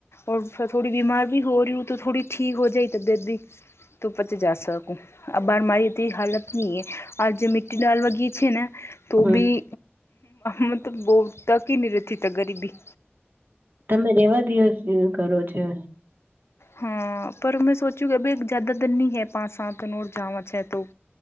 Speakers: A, on the left; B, on the right.
A: ઓઔ થોડી બીમાાર ભી હો રહી હોય તો થોડી ઠીક હો જાય તબિયત ભ તો પછી જ શકું આ બાર મારી હાલત નહી એ આ જે મિ્ટી દાલ બગીચ છેે ને તો
B: હમ
A: બી મતલબ બહ તક નિ ચ તો ગરીબી
B: તમે રેવા દિવસ કરો છો
A: હા પર મેં સોચું કે અ ભ એક જ્યાદા દરની હ પા સાથ નળજામાં છે તોું